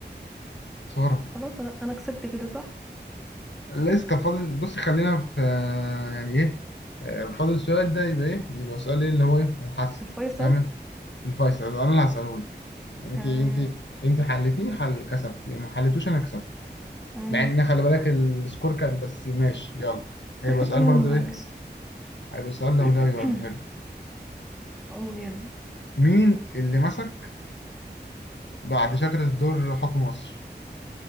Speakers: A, on the left; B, in the centre.
A: سعره
B: خلاص انا انا كسبت كده صح
A: لسه فاضل بص خلينا في آه، يعني ايه آه، فاضل السؤال ده يبقى ايه يبقى سؤال ايه اللي هو ايه الحسب
B: الفيصل
A: فاهم الفيصل انا اللي هسأله انت
B: تمام
A: انت انت حلتيه حل كسبتي ما حلتوش انا كسبت
B: تمام
A: مع ان خلي بالك السكور كان بس ماشي يلا هيبقى
B: <laughs>
A: سؤال
B: يلا
A: برضه
B: معلش
A: ايه هيبقى سؤال لولبي
B: <clears throat>
A: برضه حلو
B: اقول يلا
A: مين اللي مسك بعد شجرة الدر حكم مصر